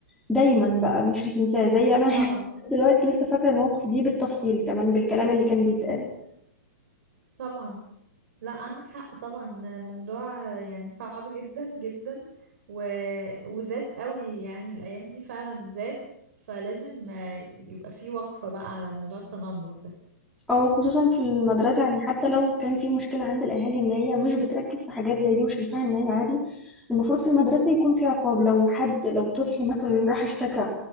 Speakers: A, in the centre; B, on the right.
A: دايما بقى مش هتنساه زي انا
B: طبعا
A: <laughs> دلوقتي لسه فاكره الموقف دي بالتفصيل كمان بالكلام اللي كان بيتقال
B: طبعا لا عندك حق طبعا موضوع يعني صعب جدا جدا و... وزاد قوي يعني الأيام دي فعلا زاد فلازم آه، يبقى في وقفة بقى على موضوع التنمر ده
A: او خصوصا في المدرسه يعني حتى لو كان في مشكله عند الاهالي ان هي مش بتركز في حاجات زي دي وشايفاها ان هي عادي المفروض في المدرسه يكون في عقاب لو حد لو طفل مثلا راح اشتكى